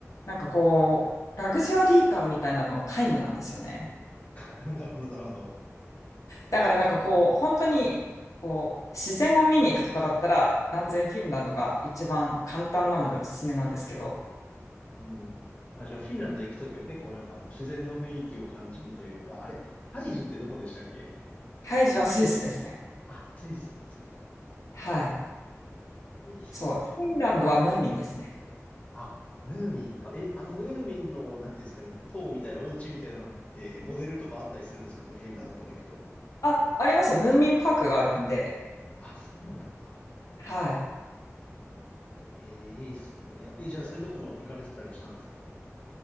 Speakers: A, on the left; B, on the left.
A: なんかこう、ラグジュアリー感みたいなのは皆無なんですよね。
B: <laughs> なるほど、なるほど。
A: だからなんかこう、本当にこう、自然を見に行くとかだったら断然フィンランドが一番簡単なのでおすすめなんですけど、
B: うん。あ、じゃあ、フィンランド行くときは結構なんかあの、自然の雰囲気を感じにというか、あれ、ハイジってどこでしたっけ
A: ハイジはスイスですね。
B: あ、スイスなんですね。
A: はい。
B: スイスもちょっと。
A: そう、フィンランドはムーミンですね。
B: あ、ムーミンか。え、あの、ムーミンの、なんていうんですかね、塔みたいな、お家みたいなのって、モデルとかあったりするんですかね、フィンランドとか行くと。
A: あ、ありますよ。ムーミンパークがあるんで、
B: あ、そうなんだ。
A: はい。
B: ええ、いいっすね。いや、え、じゃあそういうとこも行かれてたりしたんですか